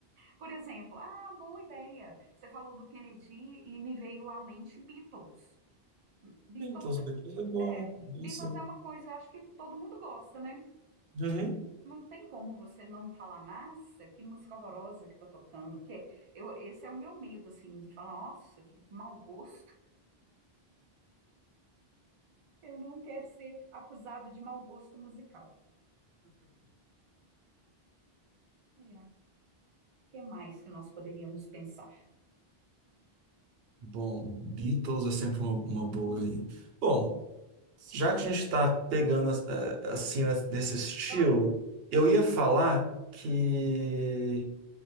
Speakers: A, on the right (about 55°); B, on the right (about 75°).
A: Por exemplo, ah, boa ideia. Você falou do Kennedy e me veio à mente Beatles. Beatles
B: Então, os Beatles é bom.
A: é, é,
B: é
A: Beatles
B: isso aí.
A: é uma coisa, acho que todo mundo gosta, né?
B: Uhum.
A: Não tem como você não falar, nossa, que música horrorosa que tá tocando, porque eu, esse é o meu medo, assim, de falar, nossa, que mau gosto. Eu não quero ser acusada de mau gosto musical. É, o que mais que nós poderíamos pensar?
B: Bom, Beatles é sempre uma, uma boa. aí. Bom, já que a gente está pegando eh, assim né, nesse estilo,
A: Ah,
B: eu ia falar que